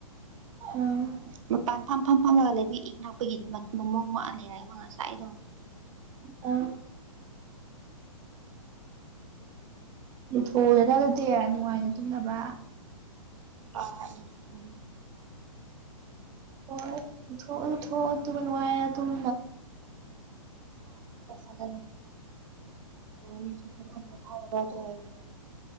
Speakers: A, on the right; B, on the right.
A: ꯎꯝ
B: ꯃꯄꯥꯟ ꯐꯝ ꯐꯝ ꯐꯝꯃꯒ ꯂꯩꯕꯤ ꯏꯅꯥꯛꯄꯒꯤ ꯃꯃꯣ ꯋꯥ ꯂꯩꯔꯑꯕ ꯉꯁꯥꯏ ꯑꯩꯗꯣ
A: ꯑ ꯂꯊꯣꯗꯅ ꯑꯗꯨꯗꯤ ꯅꯨꯡꯉꯥꯏꯅ ꯇꯨꯝꯅꯕ
B: ꯍ ꯎꯝ
A: ꯍꯊꯣꯛꯑꯣ ꯑꯗꯨꯊꯣꯛꯑꯣ ꯑꯗꯨꯒ ꯅꯨꯡꯉꯥꯏꯔ ꯑꯗꯨꯝ
B: ꯎ ꯐꯗꯊ ꯍꯥꯏꯗꯤ